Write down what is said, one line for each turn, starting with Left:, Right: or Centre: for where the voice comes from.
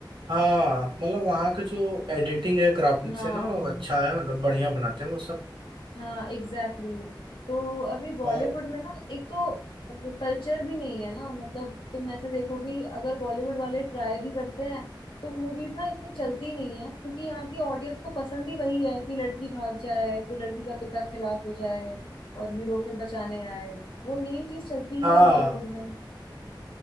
Right: हाँ मतलब वहाँ का जो एडिटिंग है ग्राफिक्स
Left: हाँ
Right: है ना वो अच्छा है मतलब बढ़िया बनाते हैं वो सब
Left: हाँ एग्जैक्टली exactly. तो अभी बॉलीवुड
Right: और
Left: में ना एक तो कल्चर भी नहीं है ना मतलब तुम ऐसे देखो कि अगर बॉलीवुड वाले ट्राई भी करते हैं तो मूवीज ना इतनी चलती नहीं है क्योंकि यहाँ की ऑडियंस को पसंद ही वही है कि लड़की भाग जाए फिर लड़की का तुता खिलाफ हो जाए और हीरो फिर बचाने आए वो यही चीज चलती
Right: हाँ
Left: ही है बॉलीवुड में